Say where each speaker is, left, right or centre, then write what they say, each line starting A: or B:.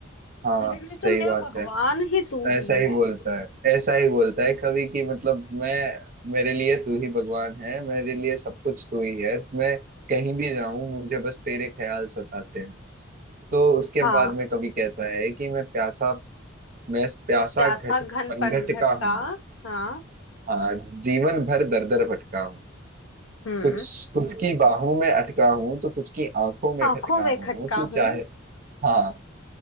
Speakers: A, on the right; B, on the left.
A: हाँ
B: मेरे लिए
A: सही
B: तो मेरा
A: बात
B: भगवान
A: है
B: ही तू ही
A: ऐसा ही
B: है
A: बोलता है ऐसा ही बोलता है कभी कि मतलब मैं मेरे लिए तू ही भगवान है मेरे लिए सब कुछ तू ही है मैं कहीं भी जाऊं मुझे बस तेरे ख्याल सताते हैं तो उसके
B: हाँ
A: बाद में कभी कहता है कि मैं प्यासा मैं प्यासा
B: मैं प्यासा
A: घट
B: घन
A: पनघट
B: खटका
A: का हूँ
B: हाँ
A: हाँ जीवन भर दर दर भटका हूँ
B: हम्म
A: कुछ कुछ की हम्म, बाहों में अटका हूँ तो कुछ की आंखों में
B: आंखों
A: खटका
B: में
A: हूँ
B: खटका
A: तू
B: हूँ
A: चाहे हाँ